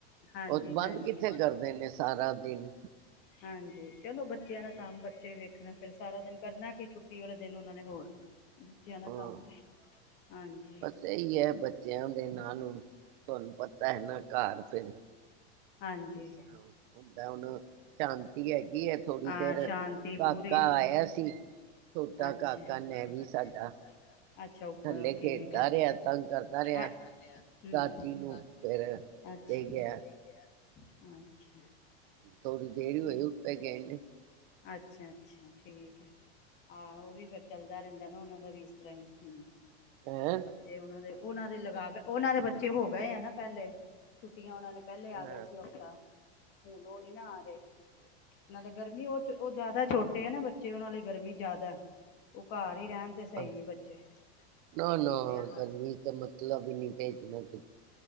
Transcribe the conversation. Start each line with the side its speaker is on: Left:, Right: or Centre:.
Left: ਹਾਂਜੀ
Right: ਉਹ ਬੰਦ
Left: ਹਾਂਜੀ
Right: ਕਿੱਥੇ ਕਰਦੇ ਨੇ ਸਾਰਾ ਦਿਨ
Left: ਹਾਂਜੀ। ਚਲੋ ਬੱਚਿਆਂ
Right: ਹੁਣ
Left: ਦਾ ਕੰਮ ਬੱਚੇ ਵੇਖਣਾ ਫਿਰ ਸਾਰਾ ਦਿਨ ਕਰਨਾ ਕੀ ਛੁੱਟੀ ਵਾਲੇ ਦਿਨ ਉਹਨਾਂ ਨੇ ਹੋਰ ਬੱਚਿਆਂ ਦਾ
Right: ਹਾਂ
Left: ਕੰਮ ਏ, ਹਾਂਜੀ।
Right: ਬਸ ਇਹੀ ਹੈ ਬੱਚਿਆਂ ਦੇ ਨਾਲ ਹੁਣ ਤੁਹਾਨੂੰ ਪਤਾ ਹੈ ਨਾ ਘਰ ਫਿਰ
Left: ਹਾਂਜੀ
Right: ਕਿਸ ਤਰ੍ਹਾਂ ਹੁੰਦਾ ਹੁਣ ਸ਼ਾਂਤੀ ਹੈਗੀ ਹੈ ਥੋੜ੍ਹੀ
Left: ਹਾਂ
Right: ਦੇਰ
Left: ਸ਼ਾਂਤੀ
Right: ਕਾਕਾ
Left: ਪੂਰੀ।
Right: ਆਇਆ ਸੀ ਛੋਟਾ
Left: ਅੱਛਾ-ਅੱਛਾ
Right: ਕਾਕਾ ਨੈਵੀ ਸਾਡਾ
Left: ਉਪਰੋਂ
Right: ਥੱਲੇ
Left: ਠੀਕ
Right: ਖੇਡਦਾ
Left: ਏ
Right: ਰਿਹਾ ਤੰਗ ਕਰਦਾ ਰਿਹਾ
Left: ਐ ਹਮ।
Right: ਦਾਦੀ ਨੂੰ
Left: ਅੱਛਾ।
Right: ਫਿਰ ਉੱਤੇ ਗਿਆ
Left: ਅੱਛਾ।
Right: ਥੋੜੀ ਦੇਰੀ ਇ ਹੋਈ ਉੱਤੇ ਗਏ ਨੂੰ
Left: ਅੱਛਾ-ਅੱਛਾ। ਠੀਕ ਹੈ ਹਾਂ ਉਹ ਵੀ ਫਿਰ ਚੱਲਦਾ ਰਹਿੰਦਾ ਨਾ ਉਹਨਾਂ ਦਾ ਵੀ ਇਸ ਤਰ੍ਹਾਂ ਹੀ ਹਮ
Right: ਹੈਂ
Left: ਬੱਚੇ ਉਹਨਾਂ ਦੇ ਉਹਨਾਂ ਦੇ ਲਗਾ ਕੇ ਉਹਨਾਂ ਦੇ ਬੱਚੇ ਹੋ ਗਏ ਆ ਨਾ ਪਹਿਲੇ ਛੁੱਟੀਆਂ ਉਹਨਾਂ ਨੇ ਪਹਿਲੇ ਆ
Right: ਹਾਂ
Left: ਗਏ ਸੀ ਹਫ਼ਤਾ ਹੁਣ ਉਹ ਨੀ ਨਾ ਆ ਰਹੇ ਨਾਲੇ ਗਰਮੀ ਉਹ ਉਹ ਜਿਆਦਾ ਛੋਟੇ ਆ ਨਾ ਬੱਚੇ ਉਹ ਨਾਲੇ ਗਰਮੀ ਜ਼ਿਆਦਾ ਉਹ ਘਰ ਹੀ ਰਹਿਣ ਤੇ ਸਹੀ
Right: ਆਹ
Left: ਹੈ ਬੱਚੇ
Right: ਨਾ ਨਾ
Left: ਛੋਟੇ ਹਨ
Right: ਗਰਮੀ ਤੇ ਮਤਲਬ ਹੀ ਨਹੀਂ ਭੇਜਣਾ ਤੁ